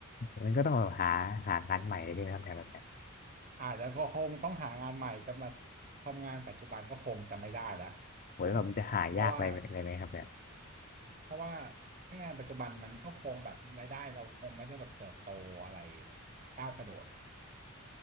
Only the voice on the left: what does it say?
ผมนก็ต้องแบบหาหางานใหม่เลยใช่ไหมครับเนี่ยแบบเนี้ย
โหแล้วแบบมันจะหายากอะไรอะไรไหมครับเนี่ย